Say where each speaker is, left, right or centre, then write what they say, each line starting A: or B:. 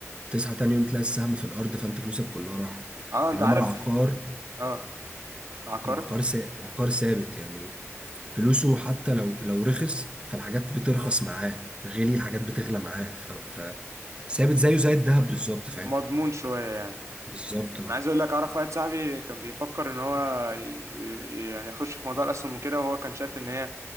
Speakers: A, on the right (about 20°); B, on the right (about 75°).
A: تصحى تاني يوم تلاقي السهم في الارض فانت فلوسك كلها راحت
B: اه انت
A: انما
B: عارف
A: العقار
B: اه عقار
A: العقار سا... العقار ثابت يعني فلوسه حتى لو لو رخص فالحاجات بترخص معاه غالي الحاجات بتغلى معاه ف, ف... ثابت زيه زي الذهب بالظبط فاهم
B: مضمون شويه يعني
A: بالظبط اه
B: انا عايز اقول لك اعرف واحد صاحبي كان بيفكر ان هو ي... يعني يخش في موضوع الاسهم وكده وهو كان شايف ان هي